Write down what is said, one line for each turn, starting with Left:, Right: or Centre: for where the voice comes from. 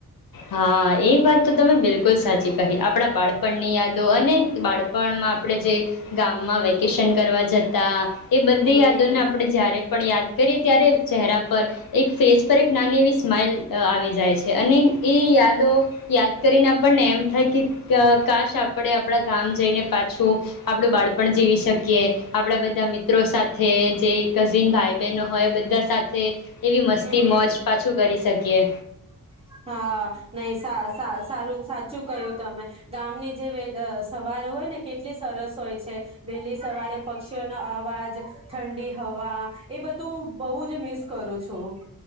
Left: હા, એ વાત તો તમે બિલકુલ સાચી કહી. આપણા બાળપણની યાદો અને બાળપણમાં આપણે જે ગામમાં વેકેશન કરવા જતા એ બધી
Right: હમ્મ
Left: યાદોને આપણે જ્યારે પણ યાદ કરીએ ત્યારે ચહેરા પર એક ફેસ પર એક નાની એવી સ્માઈલ અહ આવી જાય છે અને એ યાદો યાદ કરીને આપણને એમ થાય કેઅહ કાશ આપણે આપણા ગામ જઈને પાછું આપણું બાળપણ જીવી શકીએ. આપણા બધા મિત્રો સાથે જે કઝિન ભાઈ બહેનો હોય બધા સાથ થે એવી મસ્તી
Right: હમ્મ
Left: મોજ પાછું કરી શકીએ.
Right: હા નહી સા સા. સારું, સાચું કહ્યું તમે. ગામની જે સવાર હોય ને કેટલી સરસ હોય છે. વહેલી સવારે પક્ષીઓનો અવાજ ઠંડી હવા એ બધું હું બહુ જ મિસ કરું છું.